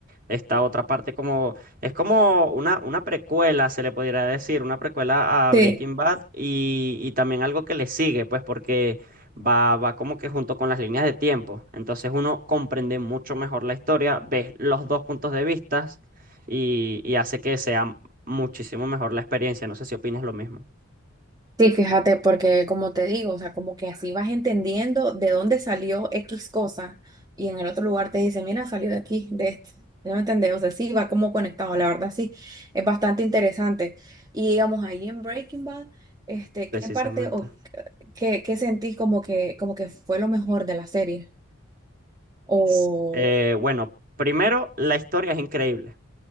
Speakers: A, on the right; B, on the right.
A: esta otra parte como es como una, una precuela, se le podría decir, una precuela a
B: Sí.
A: Breaking Bad y, y también algo que le sigue, pues porque va, va como que junto con las líneas de tiempo. Entonces uno comprende mucho mejor la historia, ves los dos puntos de vista y, y hace que sea muchísimo mejor la experiencia. No sé si opinas lo mismo,
B: Sí, fíjate, porque como te digo, o sea, como que así vas entendiendo de dónde salió X cosa y en el otro lugar te dice, mira, salió de aquí, de este. ¿Ya me entendés? O sea, sí, va como conectado, la verdad, sí, es bastante interesante. Y digamos, ahí en Breaking Bad, este,
A: precisamente.
B: ¿qué parte o qué, qué sentís como que, como que fue lo mejor de la serie? O...
A: S- eh, bueno, primero, la historia es increíble.